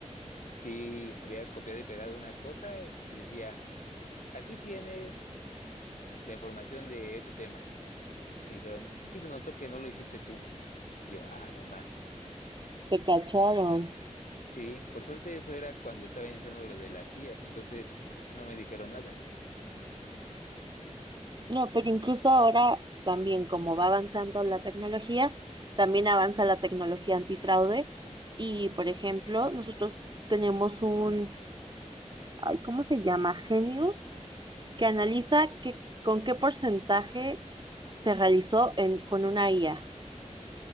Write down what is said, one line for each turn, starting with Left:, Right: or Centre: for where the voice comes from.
Left: sí había copiado y pegado una cosa y decía, aquí tienes. la información de este tema. Y dijeron, aquí se notó que no lo hiciste tú. Y yo, ah, no ma.
Right: Te cacharon.
Left: Sí, por suerte eso era cuando estaba iniciando lo de las IAs, entonces no me dijeron nada.
Right: No, pero incluso ahora también, como va avanzando la tecnología, también avanza la tecnología antifraude. Y, por ejemplo, nosotros tenemos un, ay, ¿cómo se llama? Genius, que analiza que, con qué porcentaje se realizó en, con una IA.